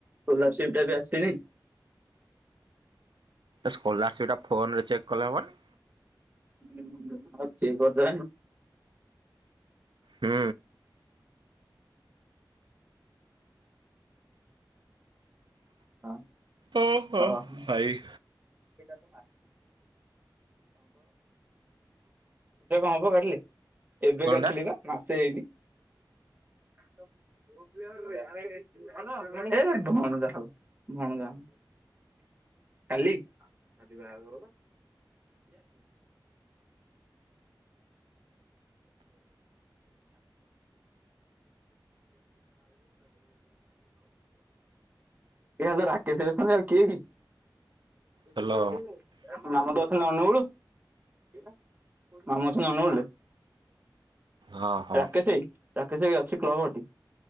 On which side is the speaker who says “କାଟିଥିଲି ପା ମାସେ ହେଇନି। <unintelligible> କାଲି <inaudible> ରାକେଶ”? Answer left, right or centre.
Right